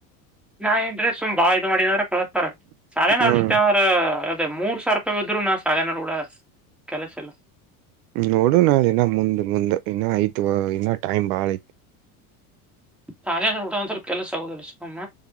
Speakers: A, in the centre; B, on the right (about 75°).
A: ನಾ ನ್್ರೆ ಸುಮ್ ಬಾ ಇದ್ ಮಾಡಿದ್ರ ಕಳಸ್ತ ಸಳೆ ನ್ರ
B: ಹ್ಮ್
A: ಅದೇ ಮೂರ್ ಸಾವಿರ ರೂಪಾಯಿ ಬಿದ್ರು ನ ಕಾಲನಲಾ ಹುಳ ಕಲಸ ಎಲ್ಲ
B: ನೋಡು ನಾಳ ಇನ್ನ ಮುಂದ್ ಮುಂದ್ ಇನ್ನ ಆಯ್ತು ಇನ್ನ ಟೈಮ್ ಬಾಳ ಐ್ತು
A: ತಾಲೆನ ಊಟಸ್ರ ಕೆಲಸ ಆಗೋುದಿಲ್ಲ ಸುಿವಮ್ಮ